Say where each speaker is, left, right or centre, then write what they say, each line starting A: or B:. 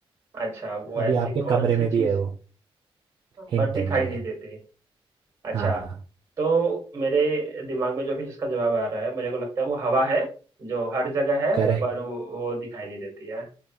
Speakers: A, on the right; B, on the right.
A: अच्छा वो ऐसी
B: अभी आपके
A: कौन
B: कमरे
A: सी
B: में
A: चीज
B: भी है वो हिंट
A: पर दिखाई
B: है मेरा ये
A: नहीं देती अच्छा
B: हाँ
A: तो मेरे दिमाग में जो भी जिसका जवाब आ रहा है मेरे को लगता है वो हवा है जो हर जगह है
B: करेक्ट
A: पर वो वो दिखाई नहीं देती है